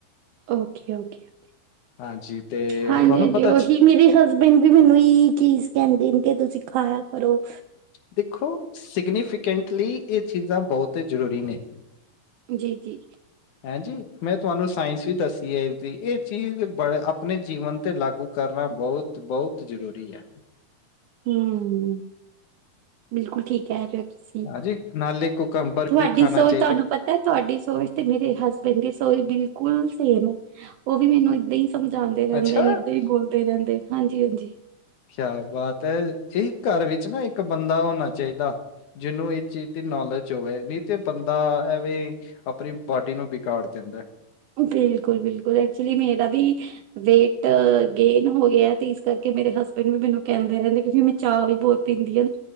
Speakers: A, on the right; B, on the left.
A: ਓਕੇ ਓਕੇਓ
B: ਹਾਂਜੀ ਤੇ
A: ਹਾਂਜੀ
B: ਤੁਹਾਨੂੰ
A: ਹਾਂਜੀ
B: ਪਤਾ
A: ਉਹੀ ਮੇਰੇ ਹਸਬੈਂਡ ਵੀ ਮੈਨੂੰ ਹੀ ਚੀਜ਼ ਕਹਿੰਦੇ ਨੇ ਕਿ ਤੁਸੀਂ ਖਾਇਆ। ਕਰੋ
B: ਦੇਖੋ ਸਿਗਨੀਫੀਕੈਂਟਲੀ ਇਹ ਚੀਜ਼ਾਂ ਬਹੁਤ ਹੀ ਜ਼ਰੂਰੀ ਨੇ!
A: ਜੀ ਜੀ
B: ਹੈਂਜੀ ਮੈਂ ਤੁਹਾਨੂੰ ਸਾਇੰਸ ਵੀ ਦੱਸੀ ਹੈ ਇਹਦੀ ਇਹ ਚੀਜ਼ ਬੜ ਆਪਣੇ ਜੀਵਨ ਤੇ ਲਾਗੂ ਕਰਨਾ ਬਹੁਤ ਬਹੁਤ ਜ਼ਰੂਰੀ ਐ।
A: ਹੂੰ, ਬਿਲਕੁਲ ਠੀਕ ਕਹਿ ਰਹੇ ਤੁਸੀਂ
B: ਹਾਂਜੀ ਨਾਲੇ ਕੁਕੰਬਰ
A: ਤੁਹਾਡੀ
B: ਵੀ ਖਾਣਾ
A: ਸੋਚ
B: ਚਾਹੀਦਾ
A: ਤੁਹਾਨੂੰ ਪਤਾ ਤੁਹਾਡੀ ਸੋਚ ਤੇ ਮੇਰੇ ਹਸਬੈਂਡ ਦੀ ਸੋਚ ਬਿਲ ਕੁਲ ਸੇਮ ਆ ਉਹ ਵੀ ਮੈਨੂੰ ਏਦਾਂ ਈ ਸਮਝਾਂਦੇ ਰਹਿੰਦੇ
B: ਅੱਛਾ!
A: ਨੇ ਏਦਾਂ ਹੀ ਬੋਲਦੇ ਰਹਿੰ ਤੇ ਹਾਂਜੀ ਹਾਂਜੀ।
B: ਕਿਆ ਬਾਤ ਐ, ਇੱਕ ਘਰ ਵਿੱਚ ਨਾ ਇੱਕ ਬੰਦਾ ਹੋਣਾ ਚਾਹੀਦਾ। ਜਿਹਨੂੰ ਇਹ ਚੀਜ਼ ਦੀ ਨੌਲੇਜ ਹੋਵੇ ਨਹੀਂ ਤੇ ਬੰਦਾ ਐਵੇਂ ਆਪਣੀ ਬਾਡੀ ਨੂੰ ਬਿਗਾੜ ਦਿੰਦਾ।
A: ਬਿਲਕੁਲ ਬਿਲਕੁਲ ਏ। ਐਕਚੁਲੀ ਮੇਰਾ ਵੀ ਵੇਟ ਗੇਨ ਹੋ ਗਿਆ ਤੇ ਇਸ ਕਰਕੇ ਮੇਰੇ ਹਸਬੈਂਡ ਵੀ ਮੈਨੂੰ ਕਹਿੰਦੇ ਨੇ <unintelligible> ਚਾਹ ਵੀ ਬਹੁਤ ਪੀਂਦੀ ਆ